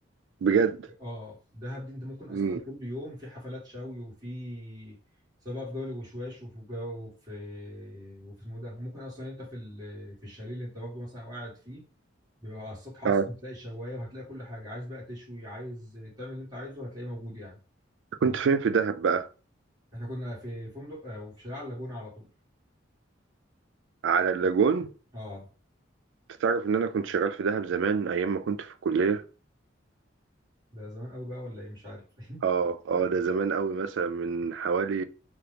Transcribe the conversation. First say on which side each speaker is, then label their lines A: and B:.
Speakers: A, on the right; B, on the right.
A: بجد
B: اه دهب دي انت ممكن اصلا
A: امم
B: كل يوم في حفلات شوي وفي سواء بقى في جبل الوشواش وفي جو وفي وفي اسمه إيه ده وممكن اصلا انت في ال... في الشاليه اللي انت واخده مثلا وقاعد فيه بيبقى على السطح اصلا
A: اه
B: بتلاقي شوايه وهتلاقي كل حاجه عايز بقى تشوي عايز تعمل اللي انت عايزه هتلاقيه موجود يعني, يعني
A: كنت فين في دهب بقى
B: احنا كنا في فندق آه، وفي شارع على اللاجونه على طول
A: على اللاجون
B: اه
A: انت تعرف ان انا كنت شغال في دهب زمان ايام ما كنت في الكلية
B: ده زمان قوي بقى ولا ايه مش عارف <laughs>
A: اه اه ده زمان قوي مثلا من حوالي